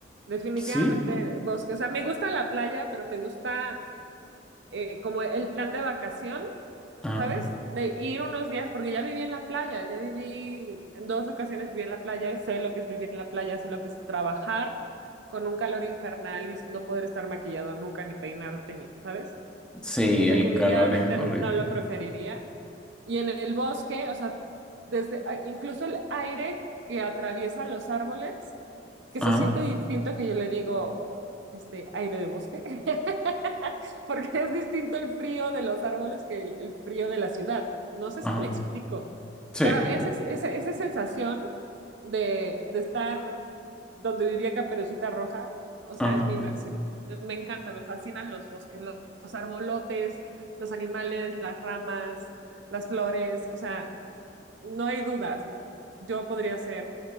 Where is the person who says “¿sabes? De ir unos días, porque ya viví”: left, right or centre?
Right